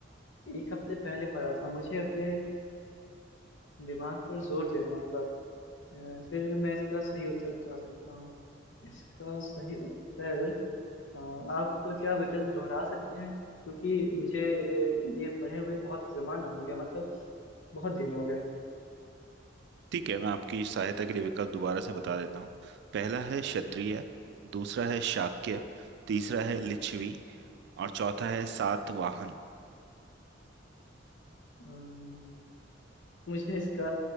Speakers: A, on the left; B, on the right.
A: एक हफ्ते पहले पढ़ा था मुझे अपने अ, दिमाग पर जोर देना होगा अ, फिर मैं इसका सही उत्तर बता सकता हूँ इसका सही उत्तर हाँ, आप क्या विकल्प दोहरा सकते हैं क्योंकि मुझे अ, ये पढ़े हुए बहुत जमाना हो गया मतलब बहुत दिन हो गए
B: ठीक है मैं आपकी सहायता के लिए विकल्प दोबारा से बता देता हूँ पहला है क्षत्रिय दूसरा है शाक्य तीसरा है लिच्छवी और चौथा है सातवाहन
A: अम्म, मुझे इसका